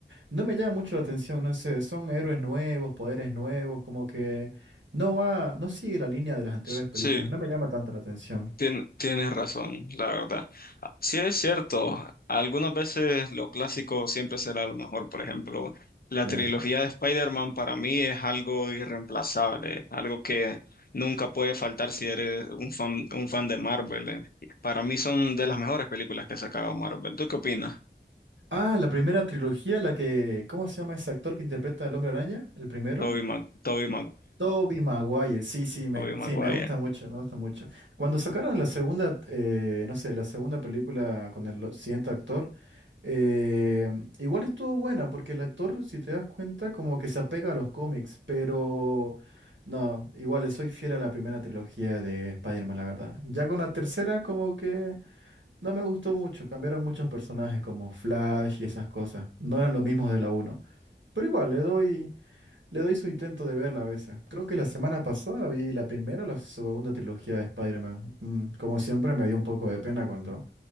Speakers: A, on the right (about 80°); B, on the left (about 55°).
A: No me llama mucho la atención, no sé, son héroes nuevos, poderes nuevos, como que no va, no sigue la línea de las anteriores
B: S-
A: películas,
B: Sí.
A: no me llama tanto la atención.
B: Tien- tienes razón, la verdad. Ah, Sí es cierto, algunas veces lo clásico siempre será lo mejor. Por ejemplo, la
A: Sí.
B: trilogía de Spider-Man para mí es algo irreemplazable, algo que nunca puede faltar si eres un fan, un fan de Marvel. eh. Para mí son de las mejores películas que ha sacado Marvel. ¿Tú qué opinas?
A: Ah, la primera trilogía, la que, ¿cómo se llama ese actor que interpreta al Hombre Araña? El primero.
B: Toby Maguire, Tobey
A: Toby Maguire, sí, sí, me,
B: Maguire.
A: sí, me gusta mucho, me gusta mucho. Cuando sacaron la segunda, eh, no sé, la segunda película con el lo- siguiente actor, eh, igual estuvo buena, porque el actor, si te das cuenta, como que se apega a los cómics, pero no, igual soy fiel a la primera trilogía de Spider-Man, la verdad. Ya con la tercera, como que no me gustó mucho, cambiaron muchos personajes como Flash y esas cosas, no eran los mismos de la uno, Pero igual, le doy. Le doy su intento de verla a veces. Creo que la semana pasada vi la primera o la segunda trilogía de Spider-Man. Mm, como siempre, me dio un poco de pena cuando,